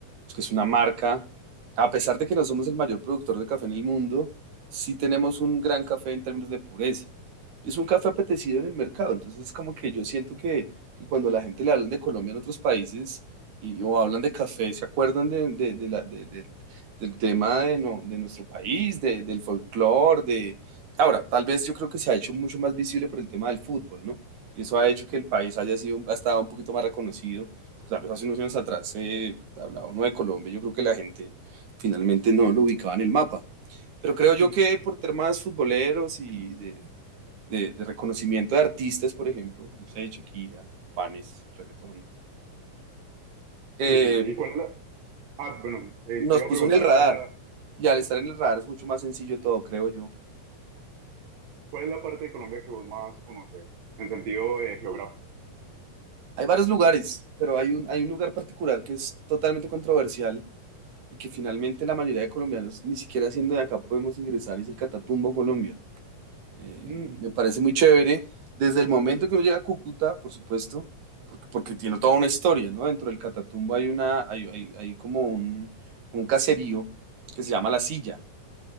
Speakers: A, on the right (about 65°); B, on the right (about 80°).
A: es que es una marca, a pesar de que no somos el mayor productor de café en el mundo, sí tenemos un gran café en términos de pureza. Y es un café apetecido en el mercado, entonces es como que yo siento que, que cuando la gente le hablan de Colombia en otros países y o hablan de café, se acuerdan de, de- de la- de- de- del tema de, no- de nuestro país, de- del folclore, de Ahora, tal vez yo creo que se ha hecho mucho más visible por el tema del fútbol, ¿no? Y eso ha hecho que el país haya sido, ha estado un poquito más reconocido. Pues, Tal vez hace unos años atrás se hablaba uno de Colombia, yo creo que la gente finalmente no lo ubicaba en el mapa. Pero creo yo
B: Mm.
A: que por temas futboleros y de, de- de reconocimiento de artistas, por ejemplo, no sé, Shakira, Juanes, reggaetón,
B: Sí,
A: eh,
B: sí, sí. ¿Y cuál es la... Ah, bueno, eh,
A: nos
B: te iba
A: puso
B: a preguntar,
A: en el radar.
B: ¿cuál es la,
A: Y al estar en el radar es mucho más sencillo todo, creo yo.
B: cuál es la parte de Colombia que vos más conoces en sentido eh, geográfico?
A: Hay varios lugares, pero hay un, hay un lugar particular que es totalmente controversial y que finalmente la mayoría de colombianos ni siquiera siendo de acá podemos ingresar, es el Catatumbo Colombia. Eh,
B: Mm,
A: me parece muy chévere desde el momento que uno llega a Cúcuta, por supuesto, porque, porque tiene toda una historia, ¿no? Dentro del Catatumbo hay una, hay, hay, hay como un, un caserío que se llama La Silla,